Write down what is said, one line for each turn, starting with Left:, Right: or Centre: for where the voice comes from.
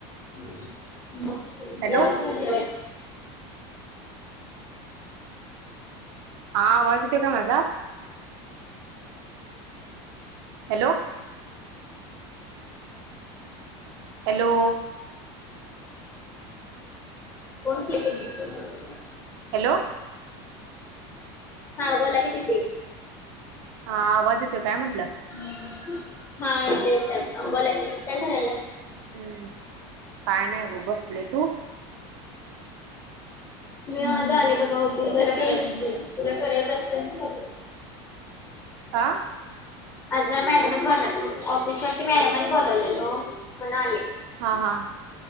Left: <unintelligible>
Right: Hello हा, आवाज येतो काय माजा? हॅलो हॅलो
Left: <unintelligible>
Right: हॅलो
Left: हा, बोला की, दीदी
Right: हा, आवाज येतोय काय म्हटलं?
Left: हा येत - येताय आता, बोला की, काय करायला?
Right: हम्म, काय नाही व बसले, तू?
Left: मी आज आले बगा ऑफिसला, <unintelligible>
Right: आं
Left: आज जरा मॅडमनी ब, ऑफिस वरती मॅडमनी बोलवलेलो. मनाले
Right: हा हा